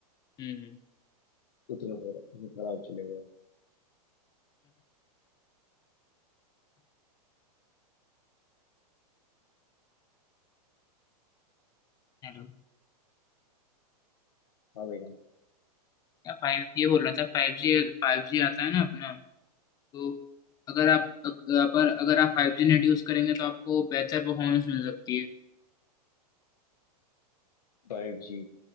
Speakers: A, on the left; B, on the left.
A: हम्म
B: उतना खरा- खराब चलेगा
A: हेलो
B: हाँ भाई हाँ
A: क्या फाइव ये बोल रहा था फाइव जी फाइव जी आता है ना अपना तो अगर आप अगर अगर आप फाइव जी नेट यूज करेंगे तो आपको बेहतर परफॉर्मेंस मिल सकती है
B: Five G